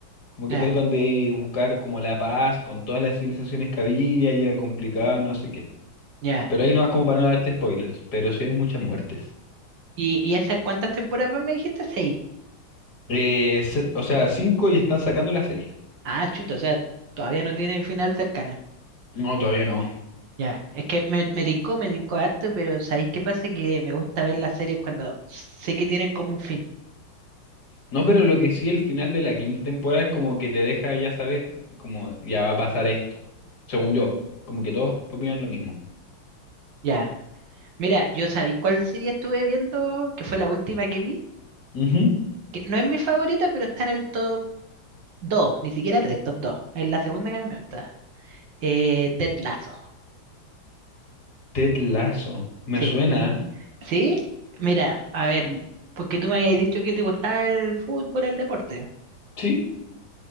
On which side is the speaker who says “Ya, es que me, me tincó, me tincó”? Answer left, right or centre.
Right